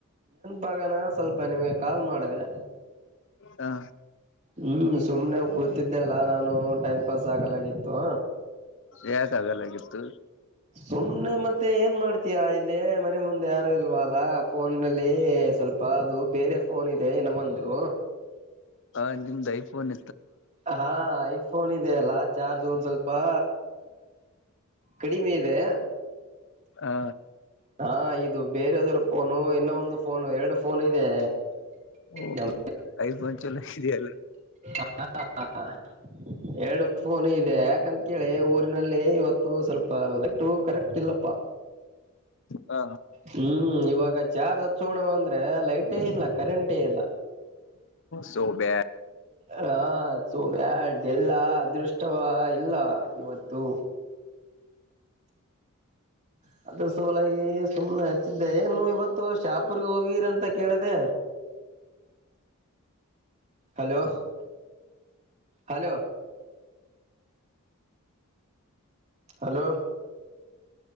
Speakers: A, on the right; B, on the left.
A: ಭಾಗನ ಸ್ವಲ್ಪ ನಿಮ್ಗೆ ಕಾಲ್ ಮಾಡಿದೆ
B: ಹಾ
A: ಹ್ಮ್ ಸುಮ್ನೆ ಕುಳಿತಿದ್ದೆ ಅಲ್ಲಾ ನಾನು ಟೈಮ್ ಪಾಸ್ ಆಗಲಾಗಿತ್ತು
B: ಯಾಕ ಆಗಲ್ಲಾಗಿತ್ತು
A: ಸುಮ್ನೆ ಮತ್ತೆ ಏನ್ ಮಾಡ್ತೀಯಾ ಇಲ್ಲಿ ಮನೆ ಮುಂದೆ ಯಾರು ಅಲ್ವಲ್ಲ ಫೋನಲ್ಲಿ ಸ್ವಲ್ಪ ಅದು ಬೇರೆ ಫೋನ್ ಇದೆ ನಮ್ಮಂದು
B: ಹ ನಿಮ್ದ್ ಐ ಫೋನ್
A: ಹಾ ಐಫೋನ್ ಇದೆ ಅಲ್ಲಾ ಚಾರ್ಜ್ ಒಂದ್ ಸ್ವಲ್ಪ ಪ್ಪಾ ಕಡಿಮೆ ಇದೆ
B: ಹಾ
A: ಹಾ ಇದು ಬೇರೆಯದ್ರ ಫೋನು ಇನ್ನೊ ಒಂದು ಫೋನು ಎರಡು ಫೋನ್ ಇದೆ
B: ಓ
A: ನಮ್
B: ಐಫೋನ್ ಚಲೋ ಇದೆಯಲ್ಲ
A: ಹಾ ಹಾ ಎರಡು ಫೋನ್ ಇದೆ ಯಾಕಂತ ಕೇಳಿ ಊರಿನಲ್ಲಿ ಇವತ್ತು ಸ್ವಲ್ಪ ಲಟ್ಟು ಕರೆಂಟ್ ಇಲ್ಲಪ್ಪಾ
B: ಹ
A: ಹ್ಮ್ ಇವಾಗ ಚಾರ್ಜ್ ಹಚ್ಚೋಣವ ಅಂದ್ರೆ ಲೈಟೇ ಇಲ್ಲ ಕರೆಂಟೇ ಇಲ್ಲ
B: ಸೊಬ್ಯಡ್
A: ಹ -ಸೋ ಬ್ಯಾಡ್ ಎಲ್ಲಾ ಅದೃಷ್ಟವ ಇಲ್ಲ ಇವತ್ತು. ಹ ಅದ್ರ ಸಲಾಗಿ ಸುಮ್ನೆ ಹಚ್ಚಿದ್ದೆ ಏನು ಇವತ್ತು ಶಾಪುರ್ಗೆ ಹೋಗಿರಿ ಅಂತ ಕೇಳಿದೆ. ಹ್ಹ ಹಲೋ ಹಲೋ ಹಲೋ